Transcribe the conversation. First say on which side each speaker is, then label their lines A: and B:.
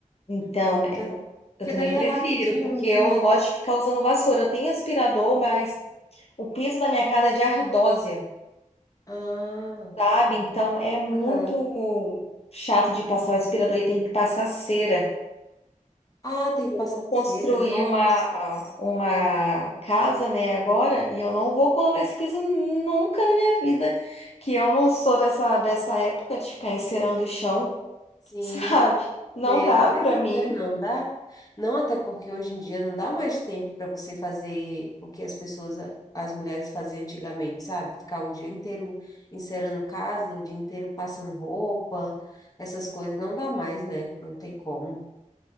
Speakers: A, on the left; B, on the left.
A: Então,
B: é muito
A: eu,
B: assim.
A: eu
B: Porque
A: também
B: daí
A: prefiro,
B: é rapidinho
A: porque eu
B: né?
A: não gosto de ficar usando vassoura. Eu tenho aspirador, mas o piso da minha casa é de ardósia,
B: Ah,
A: sabe? Então, é muito
B: aham.
A: chato de passar o aspirador e tem que passar cera.
B: Ah, tem que passar
A: vou construir
B: cera. Nossa.
A: uma, uma casa, né, agora, e eu não vou colocar esse piso nunca na minha vida, que eu não sou dessa, dessa época de ficar encerando o chão, <laughs>
B: Sim,
A: sabe? Não
B: meu
A: dá
B: Deus,
A: pra mim.
B: né? Não dá. Não, até porque hoje em dia não dá mais tempo para você fazer o que as pessoas, as mulheres faziam antigamente, sabe? Ficar o dia inteiro encerando casa, o dia inteiro passando roupa, essas coisas não dá mais, né? Não tem como.